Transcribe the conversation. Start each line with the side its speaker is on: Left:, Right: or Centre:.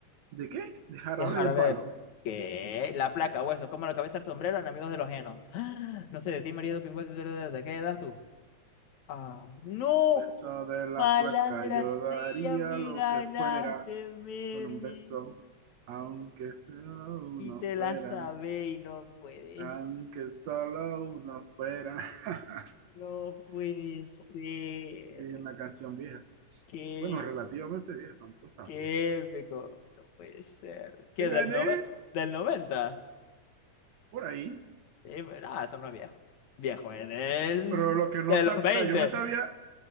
Right: ¿De qué? De Jarabe
Left: Dejar
Right: de Palo.
Left: ver que la placa, hueso, como la cabeza el sombrero en Amigos de los Genos. <gasps> No sé de ti, María Pingüe, ¿de qué edad tú? Ah, no,
Right: Beso de la
Left: malandra
Right: placa, yo
Left: sea,
Right: daría
Left: me
Right: lo
Left: ganaste,
Right: que fuera
Left: Mervin.
Right: con un beso, aunque solo uno
Left: Y te la
Right: fuera,
Left: sabé y no puedes.
Right: aunque solo uno fuera. <laughs>
Left: No puede ser.
Right: Es una canción vieja.
Left: Qué,
Right: Bueno, relativamente vieja, tampoco es tan
Left: qué
Right: vieja.
Left: épico. No puede ser. ¿Qué
Right: Te
Left: del
Right: gané
Left: nove- del noventa
Right: por ahí,
Left: Sí, pero, ah, eso no es viejo. Viejo es del
Right: pero lo que no
Left: de
Right: sabía,
Left: los veinte
Right: o sea, yo me sabía,